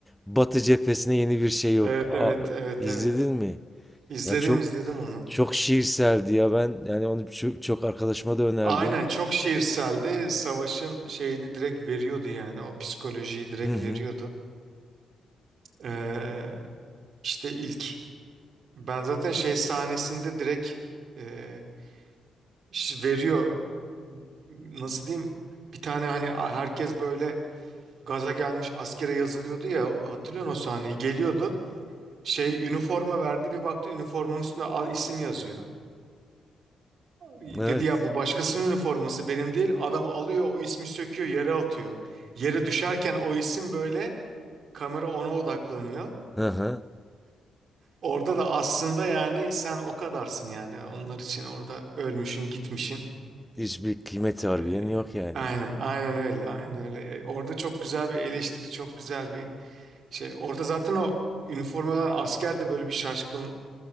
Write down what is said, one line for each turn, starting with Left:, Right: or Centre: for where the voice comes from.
Centre: Batı cephesine yeni bir şey yok.
Right: Evet
Centre: A-
Right: evet evet
Centre: izledin
Right: evet.
Centre: mi?
Right: İzledim
Centre: Ya çok
Right: izledim onu.
Centre: çok şiirseldi ya ben yani onu çok, çok arkadaşıma da önerdim.
Right: Aynen çok şiirseldi. Savaşın şeyini direkt veriyordu yani. O psikolojiyi direkt
Centre: Hı hı.
Right: veriyordu. Ee, İşte ilk. Ben zaten şey sahnesinde direkt e, ş- veriyor. Nasıl diyeyim? Bir tane hani a- herkes böyle gaza gelmiş askere yazılıyordu ya hatırlıyorsun o sahneyi. Geliyordu. Şey üniforma verdi bir baktı üniformanın üstünde al isim yazıyor. Dedi
Centre: Evet.
Right: ya bu başkasının üniforması benim değil. Adam alıyor o ismi söküyor yere atıyor. Yere düşerken o isim böyle kamera ona odaklanıyor.
Centre: Hı hı.
Right: Orada da aslında yani sen o kadarsın yani onlar için orada ölmüşün gitmişin.
Centre: Hiçbir kıymeti harbiden
Right: Ee,
Centre: yok yani.
Right: aynen aynen öyle aynen öyle. Ee, Orada çok güzel bir eleştiri çok güzel bir şey. Orada zaten o üniformadan asker de böyle bir şaşkın